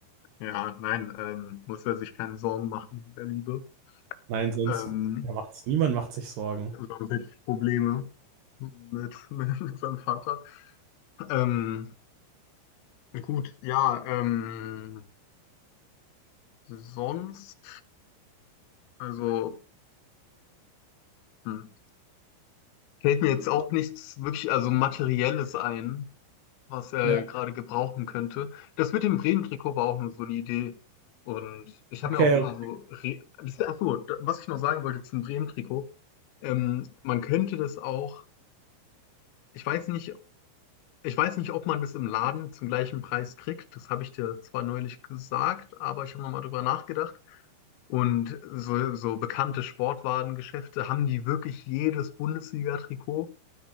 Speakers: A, on the left; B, on the right.
A: ja nein, ähm, muss er sich keine Sorgen machen, der Liebe.
B: Nein, sonst
A: Ähm,
B: ja, macht's, niemand macht sich Sorgen.
A: sonst hätte ich Probleme mit, <laughs> mit seinem Vater. Ähm, Gut, ja, ähm, sonst, also, hm, fällt mir jetzt auch nichts wirklich, also Materielles ein, was er
B: Ja,
A: gerade gebrauchen könnte. Das mit dem Bremen-Trikot war auch nur so eine Idee. Und ich habe
B: okay.
A: mir auch ein
B: okay.
A: paar so, Re ach so, da- was ich noch sagen wollte zum Bremen-Trikot, ähm, man könnte das auch, ich weiß nicht, Ich weiß nicht, ob man das im Laden zum gleichen Preis kriegt. Das habe ich dir zwar neulich gesagt, aber ich habe nochmal drüber nachgedacht. Und so, so bekannte Sportwarengeschäfte haben die wirklich jedes Bundesliga-Trikot